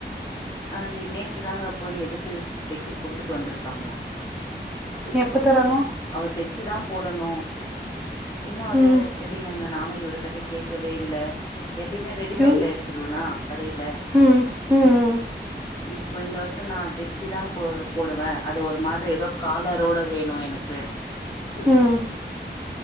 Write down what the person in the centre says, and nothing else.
எப்ப தராங்ளா
ம்
இவங்
ம் ம்
ம்